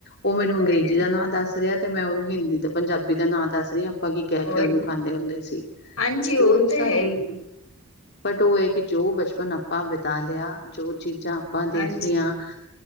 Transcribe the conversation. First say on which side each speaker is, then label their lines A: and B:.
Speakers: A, on the left (about 50°); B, on the left (about 75°).
A: ਉਹ ਮੈਨੂੰ
B: ਉਹੀ
A: ਅੰਗਰੇਜ਼ੀ ਜਿਹਦਾ
B: ਹੈ
A: ਨਾਂ ਦੱਸ ਰਿਹਾ ਤੇ ਮੈਂ ਉਹਨੂੰ ਹਿੰਦੀ ਦਾ ਪੰਜਾਬੀ ਦਾ ਨਾਂ ਦੱਸ ਰਹੀ ਹਾਂ ਆਪਾਂ ਕੀ ਕਹਿ
B: ਉਹੀ
A: ਕੇ ਉਹਨੂੰ ਖਾਂਦੇ ਹੁੰਦੇ ਸੀ
B: ਹਾਂਜੀ ਉਹ
A: ਤੇ ਉਈ ਸਾਰੀ
B: ਹੈ ਹੀ
A: ਬਟ ਉਹ ਹੈ ਕਿ ਜੋ ਬਚਪਨ ਆਪਾਂ ਬਿਤਾ ਲਿਆ ਜੋ ਚੀਜ਼ਾਂ ਆਪਾਂ
B: ਹਾਂਜੀ
A: ਦੇਖਦੇ ਹਾਂ